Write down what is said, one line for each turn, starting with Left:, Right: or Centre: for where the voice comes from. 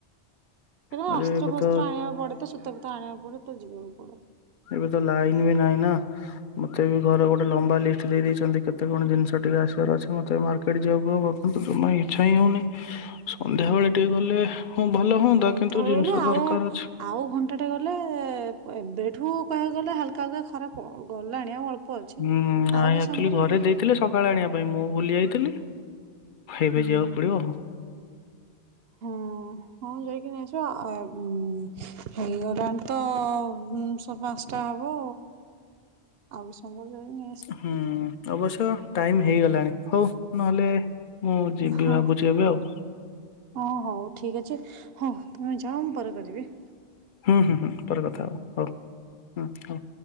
Right: <unintelligible>
Left: ଆରେ
Right: ଅସ୍ତ୍ର
Left: ଏବେ
Right: ଫସ୍ତ୍ର
Left: ତ
Right: ଆଣିବାକୁ ପଡେ ତ ସୂତାଫୁତା ଆଣିବାକୁ ପଡେ ତ ଯିବାକୁ ପଡେ।
Left: ଏବେ ତ ଲାଇନ ବି ନାହିଁ ନା। ମୋତେ ବି ଘରେ ଗୋଟେ ଲମ୍ବା ଲିଷ୍ଟ ଦେଇଦେଇଚନ୍ତି କେତେ କଣ ଜିନିଷ ଟିକେ ଆସିବାର ଅଛି ମୋତେ ବି ମାର୍କେଟ୍ ଯିବାକୁ ହବ। ଜମା ଇଚ୍ଛା ହିଁ ହଉନି। ସନ୍ଧ୍ୟାବେଳେ
Right: <unintelligible> ହୁଁ
Left: ଟିକେ ଗଲେ ହଁ ଭଲ ହୁଅନ୍ତା
Right: ସନ୍ଧ୍ୟାବେଳେ
Left: କିନ୍ତୁ ଜିନିଷ
Right: ଆଉ
Left: ଦରକାର ଅଛି।
Right: ଆଉ ଘଣ୍ଟାଟେ ଗଲେ ଏବେଠୁ କହିଆକୁ ଗଲେ ହାଲକା ହଲକା ଖରାପ ଆଉ। ଗଲାଣି ଆଉ ଅଳ୍ପ ଅଛି
Left: ହୁଁ ନାଇଁ
Right: ଆଉ କିଛ
Left: ଆକ୍ଚୁଆଲି
Right: ସମୟ ପରେ
Left: ଘରେ
Right: ହେଇଯିବ।
Left: ଦେଇଥିଲେ ସକାଳେ ଆଣିବା ପାଇଁ ମୁଁ ଭୁଲି ଯାଇଥିଲି ଏବେ
Right: ହୁଁ
Left: ଯିବାକୁ ପଡିବ ଆଉ।
Right: ହଁ ହଁ ହଁ ଯାଇକି ନେଇ ଆସିବା ଆଉ ହେଇଗଲାଣି ତ ପାଞ୍ଚ ତ ହବ ଆଉ। ହବ ଯାଇନି
Left: ହୁଁ ଅବଶ୍ୟ ଟାଇମ ହେଇଗଲାଣି ହଉ ନହେଲେ ମୁଁ ଯିବି
Right: ହଁ
Left: ଭାବୁଚି ଏବେ ଆଉ।
Right: ହଁ ହଉ ଠିକ୍ ଅଛି ହଉ ତମେ ଯାଅ ମୁଁ ପରେ କରିବି ଏଁ
Left: ହୁଁ ହୁଁ ହୁଁ ପରେ କଥା ହଉ ହଉ ହୁଁ ହଉ।